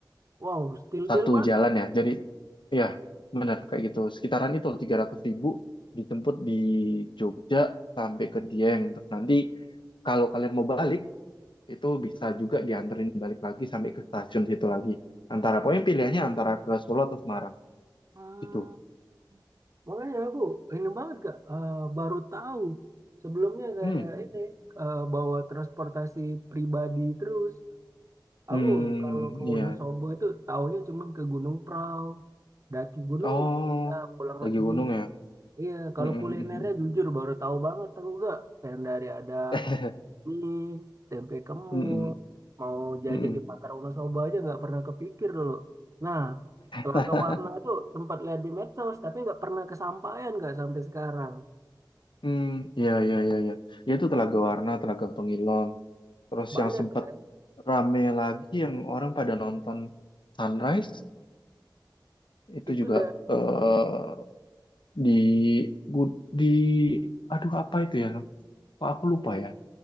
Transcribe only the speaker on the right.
wow, still
deal banget.
Wow.
Makanya aku ini banget Kak, eh, baru tahu sebelumnya kayak
ini eh, bawa transportasi pribadi terus.
Aku kalau ke
Wonosobo itu taunya cuman ke Gunung Prau, daki gunung,
eh, pulang
lagi.
Iya, kalau
kulinernya
jujur baru tahu banget aku Kak. Kayak dari ada
nih tempe kemul
mau jajan
di Pasar Wonosobo aja nggak pernah kepikir dulu. Nah, Telaga
Warna tuh sempat lihat di medsos, tapi nggak pernah kesampaian nggak sampai sekarang.
Banyak
Kak. ya.
itu
dari